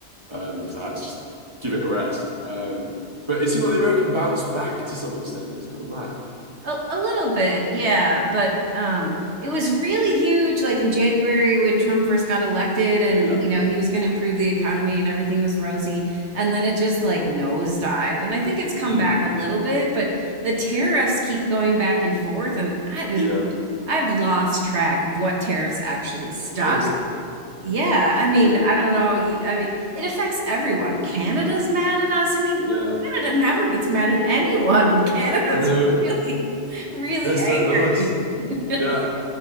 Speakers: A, on the right; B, on the right.
A: um because I had to just give it a rest. Um but it seemed like the American bounced back to some extent. It was kind of mad.
B: A, a little bit, yeah, but um, it was really huge, like in January when Trump first got elected, and
A: Yeah.
B: you know he was going to improve the economy and everything was rosy, and then it just like nosedived. And I think it's come
A: Mm.
B: back a little bit, but the tariffs keep going back and forth, and I just,
A: Yeah.
B: I've lost track of what tariffs actually stop
A: Honestly.
B: Yeah, I mean,
A: Yeah.
B: I don't know. y- I mean, it affects everyone. Canada's mad at us. I mean,
A: Yeah.
B: Canada never gets mad at anyone, and Canada's
A: I know.
B: really, really
A: They're so
B: angry.
A: nice.
B: <laughs>
A: Yeah.